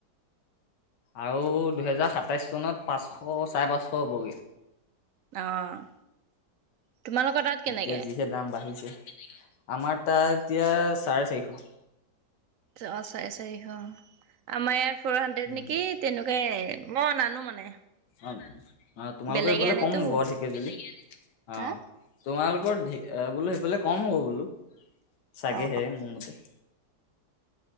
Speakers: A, on the left; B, on the right.
A: আৰু দুহেজাৰ সাতাইচ চনত পাঁচশ, চাৰে পাঁচশ হ'বগে
B: অ'। তোমালোকৰ তাত কেনেকে
A: এতিয়া যিহে দাম বাঢ়িছে, আমাৰ তাত এতিয়া চাৰে চাৰিশ।
B: অ', চাৰে চাৰিশ অ', আমাৰ ইয়াত ফৰ হাণ্ড্ৰেড
A: উম
B: নেকি তেনেকুৱাই মই নানো। মানে
A: অ', অ', তোমালোকৰ
B: বেলেগে
A: এইফালে
B: আনেতো
A: কম হ'ব ঢেকীয়াজুলি অ'।
B: হা
A: তোমালোকৰ <unintelligible> বোলো সেইফালে কম হ'ব বোলো চাগেহে
B: অ
A: মোৰ মতে। <inaudible>